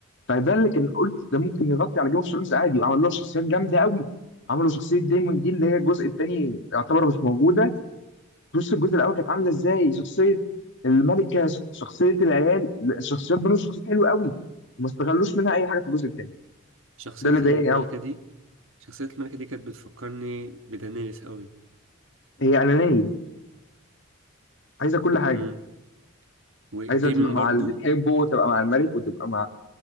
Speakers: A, on the left; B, on the right.
A: فده اللي كان قلت ده ممكن يغطي على جيم اوف ثرونز عادي وعملوا له شخصيات جامده قوي عملوا شخصيه دايمون دي اللي هي الجزء الثاني يعتبر مش موجوده بص الجزء الاول كانت عامله ازاي شخصيه الملكه ش- شخصيه العيال الشخصيات بنوا شخصيات حلوه قوي وما استغلوش منها اي حاجه في الجزء الثاني
B: شخصية
A: ده اللي ضايقني
B: الملكة
A: قوي
B: دي شخصية الملكة دي كانت بتفكرني بدانيلس قوي
A: هي انانيه عايزه كل حاجه
B: امم ودايما
A: عايزه تبقى مع
B: برضو
A: اللي بتحبه وتبقى مع الملك وتبقى مع